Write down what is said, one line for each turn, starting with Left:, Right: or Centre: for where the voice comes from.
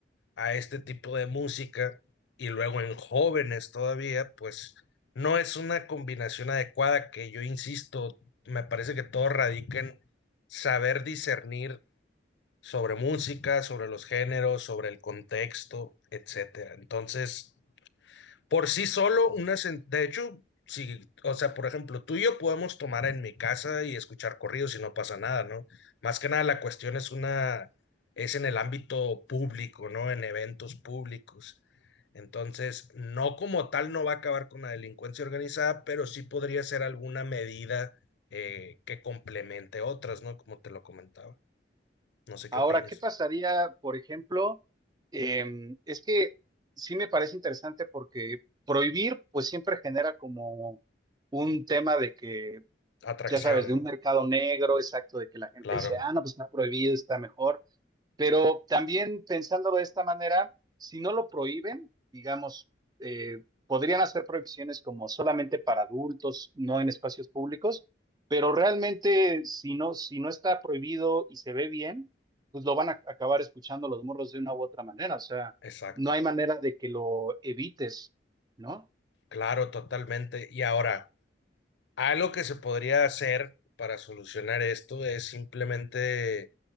Left: a este tipo de música y luego en jóvenes todavía, pues no es una combinación adecuada que yo insisto, me parece que todo radica en saber discernir sobre música, sobre los géneros, sobre el contexto, etcétera. Entonces, por sí solo, una, sen- de hecho, si, o sea, por ejemplo, tú y yo podemos tomar en mi casa y escuchar corridos y no pasa nada, ¿no? Más que nada la cuestión es una, es en el ámbito público, ¿no? En eventos públicos. Entonces, no como tal no va a acabar con la delincuencia organizada, pero sí podría ser alguna medida eh, que complemente otras, ¿no? Como te lo comentaba. No sé qué
Right: Ahora,
Left: opines.
Right: ¿qué pasaría, por ejemplo? Em, es que sí me parece interesante porque prohibir, pues siempre genera como un tema de que,
Left: Atracción,
Right: ya sabes, de
Left: ¿no?
Right: un mercado negro, exacto, de que la gente
Left: Claro,
Right: dice, ah, no, pues está prohibido, está mejor. Pero también pensándolo de esta manera, si no lo prohíben, digamos, eh, podrían hacer prohibiciones como solamente para adultos, no en espacios públicos, pero realmente si no, si no está prohibido y se ve bien, pues lo van a acabar escuchando los morros de una u otra manera. O sea,
Left: exacto.
Right: no hay manera de que lo evites, ¿no?
Left: Claro, totalmente. Y ahora, Algo que se podría hacer para solucionar esto es simplemente